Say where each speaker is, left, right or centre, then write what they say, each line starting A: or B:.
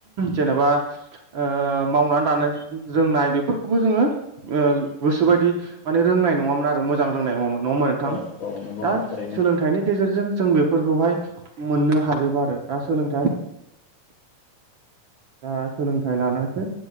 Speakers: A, on the right (about 70°); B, on the left (about 55°).
A: जेनेबा ओ मावनानै दानो रोंनाय बेफोरखौबो जोङो गोसोोबायदि माने रोंनाय नङामोन आरो मोजां रोंनाय नङामोन। नङा होनबा नोंथां
B: औ औ नंगौ नोंथां
A: दा
B: थारैनो
A: सोलोंथाइनि गेजेरजों जोंङो फोरखौहाय मोननो हाजोबा आरो दा सोलोंथाइ दा सोलोंथाइ लानानैसो